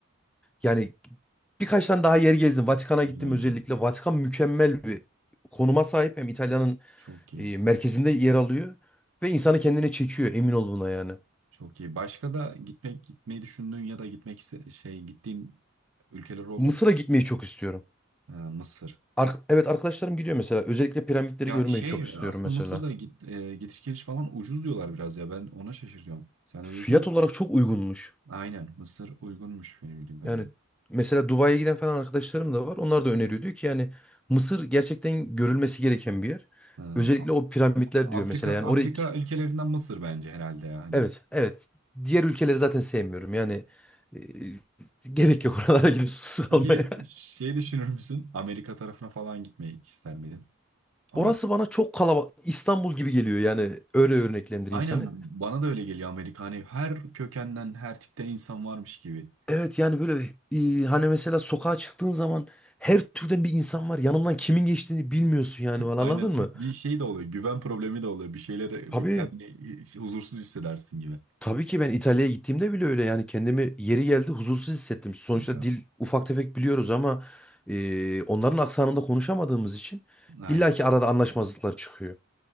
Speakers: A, in the centre; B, on the right.
A: Yani birkaç tane daha yer gezdim. Vatikan'a
B: güzel
A: gittim özellikle.
B: güzel.
A: Vatikan mükemmel bir konuma sahip. Hem İtalya'nın
B: Çok iyi.
A: e, merkezinde yer alıyor. Ve insanı kendine çekiyor emin ol buna yani.
B: Çok iyi. Başka da gitmek gitmeyi düşündüğün ya da gitmek iste- şey gittiğin ülkeler oldu
A: Mısır'a
B: mu?
A: gitmeyi çok istiyorum.
B: Ee, Mısır.
A: Ar- evet arkadaşlarım gidiyor mesela. Özellikle piramitleri
B: Ya
A: görmeyi
B: şey
A: çok istiyorum
B: aslında
A: mesela.
B: Mısır'da git, e, gidiş geliş falan ucuz diyorlar biraz ya ben ona şaşırıyorum. Sen
A: Fiyat
B: de duydun mu?
A: olarak çok uygunmuş.
B: Aynen Mısır uygunmuş benim bildiğim kadarıyla.
A: Yani mesela Dubai'ye giden falan arkadaşlarım da var. Onlar da öneriyor. Diyor ki yani Mısır gerçekten görülmesi gereken bir yer.
B: Ee,
A: Özellikle
B: A-
A: o piramitler diyor
B: Afrika
A: mesela. Yani
B: Afrika
A: oraya
B: ülkelerinden Mısır bence herhalde ya hani.
A: Evet, evet. Diğer ülkeleri zaten sevmiyorum. Yani e, gerek yok oralara <laughs> gidip susuz kalmaya.
B: Peki şey düşünür müsün? Amerika tarafına falan gitmeyi ister miydin?
A: <laughs>
B: Amerika.
A: Orası bana çok kalabalık. İstanbul gibi geliyor yani. Öyle örneklendireyim
B: Aynen
A: sana.
B: bana da öyle geliyor Amerika hani her kökenden her tipten insan varmış gibi.
A: Evet yani böyle e, hani mesela sokağa çıktığın zaman her türden bir insan var. Yanından kimin geçtiğini bilmiyorsun yani falan anladın
B: Aynen. Bir
A: mı?
B: şey de oluyor. Güven problemi de oluyor. Bir şeylere
A: Tabii.
B: kendini huzursuz hissedersin gibi.
A: Tabii ki ben İtalya'ya gittiğimde bile öyle yani kendimi yeri geldi huzursuz hissettim. Sonuçta
B: Ya,
A: dil ufak tefek biliyoruz ama e, onların aksanında konuşamadığımız için
B: Aynen.
A: illaki arada anlaşmazlıklar çıkıyor.